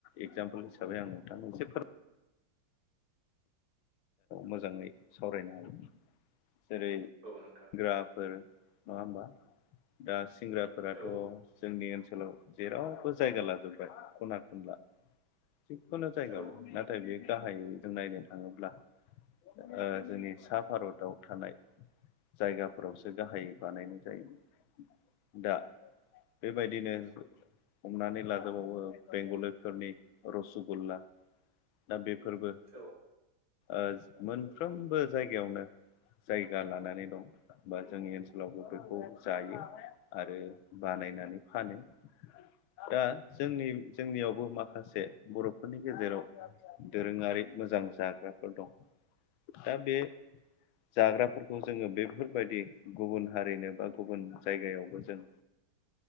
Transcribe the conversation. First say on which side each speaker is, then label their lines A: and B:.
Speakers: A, on the left; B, on the right.
A: इगजाम्पोल हिसाबै आं नोंथांनो एसे फोर मोजाङै सावरायनो हायो, जेरै
B: औ नोंथां।
A: सिंग्राफोर नङा होमबा? दा सिंग्राफोराथ'
B: औ
A: जोंनि ओनसोलाव जेरावबो जायगा लाजोबबाय खना खनला। जिखुनु जायगायावनो
B: औ
A: नाथाय बे गाहायै जों नायनो थाङोब्ला ओ जोंनि सा भारताव थानाय जायगाफोरावसो गाहायै बानायनाय जायोमोन दा बेबायदिनो हमनानै लाजोबावो बेंगलिफोरनि रसगुल्ला दा बेफोरबो
B: औ।
A: ओ मोनफ्रोमबो जायगायावनो जायगा लानानै दं। बा जोंनि ओनसोलावबो बेखौ जायो आरो बानायनानै फानो।
B: <inaudible>
A: दा जोंनि जोंनियावबो माखासे बर'फोरनि गेजेराव दोरोङारि मोजां जाग्राफोर दं। दा बे जाग्राफोरखौ जोङो बेफोरबायदि गुबुन हारिनो बा गुबुन जायगायावबो जों
B: <inaudible>